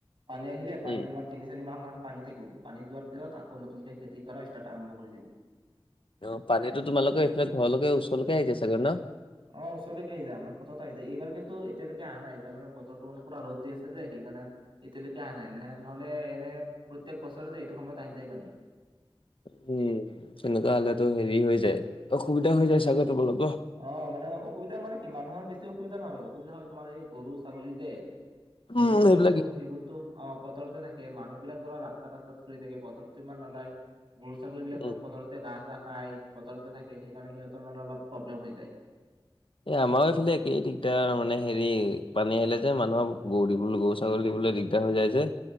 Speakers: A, on the right; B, on the left.
A: পানী আহিলে পানী
B: উম,
A: তোমাৰ তিনি-চাৰি মাহ মান পানী থাকিব পানী যোৱাৰ পিছত আকৌ নতুনকে খেতি কৰা ষ্টাৰ্ট আৰম্ভ কৰি দিম।
B: অ', পানীতোমালোকে এইফালে ঘৰলৈকে ওচৰলৈকে আহিছোগগৈ ন?
A: অ ওচৰলৈকে আহি যায় আমাৰ পত আহিায় অ', ওচৰলৈকে আহি যায়, এইবাৰ কিন্তু এতিয়ালৈকে অহা নাই এইবাৰানে বতৰটো মানে পুৰা ৰ'দ দি আছে যে সেইকাৰণে এতিয়ালৈকে অহা নাই ন নহলে এনে প্ৰত্যেক বছৰেতে এইটো সময়ত আহি যায় পানী।
B: উম। তেনেকুৱা হলে তো হেৰি হৈ যায় অসুবিধা হৈ যায় চাগে তোমালোকৰ?
A: অ', মানে অসুবিধা মানে কি মানুহৰ বেছি অসুবিধা নহয়, অসুবিধা হয় তোমাৰ এই গৰু ছাগলী যে
B: উম,
A: সেইবোৰো
B: সেইবিলাকে
A: আৰুটো সেইবোৰ অ', পথাৰত থাকে মানুহ বিলাক ধৰা ৰাস্তাত-ৰাস্তাত ফুৰি থাকে পথাৰততো ইমান নাযায়। গৰু ছাগলীবলাকতো
B: উম,
A: পথাৰতে ঘাঁহ-চা খাই পথাৰতে থাকে সেইকাৰণে সিহঁতৰ মানে অলপ প্ৰব্লেম হৈ যায়।
B: এ আমাৰো এইফালে একেই দিগদাৰ মানে হেৰি পানী আহিলে যে মানুহৰ গৰু দিবলৈ গৰ ছাগলী দিবলৈ দিগদাৰ হৈ যায় যে